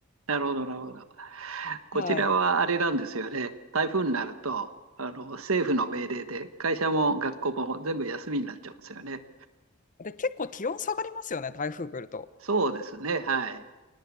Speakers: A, on the right; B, on the left.
A: なるほど、なるほど。こちらはあれなんですよね。
B: はい。
A: 台風になると、あの、政府の命令で、会社も学校も全部休みになっちゃうんですよね。
B: で、結構気温下がりますよね、台風来ると。
A: そうですね、はい。